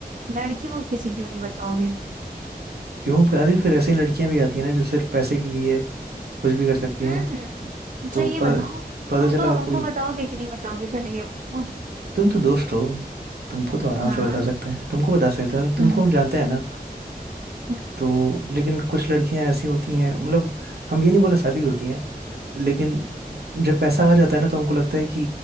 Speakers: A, on the right (about 55°); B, on the right (about 80°).
A: लड़की को किसी क्यों नहीं बताओगे
B: क्यों फिर अरे फिर ऐसी लड़कियां भी आती हैं ना जो सिर्फ पैसे के लिए कुछ भी कर सकती
A: हम्म
B: हैं
A: अच्छा
B: तो
A: ये
B: प,
A: बताओ
B: पता
A: हमको
B: चला कोई
A: हमको बताओगे कि नहीं बताओगे पहले ये बताओ
B: तुम तो दोस्त हो तुमको तो आराम
A: हाँ
B: से बता सकते हैं तुमको बता सकते हैं
A: हाँ
B: तुमको हम जानते हैं ना
A: हम्म
B: तो लेकिन कुछ लड़कियां ऐसी होती हैं मतलब हम ये नहीं बोले शादी
A: हम्म
B: होती हैं लेकिन जब पैसा आ जाता है ना तो हमको लगता है कि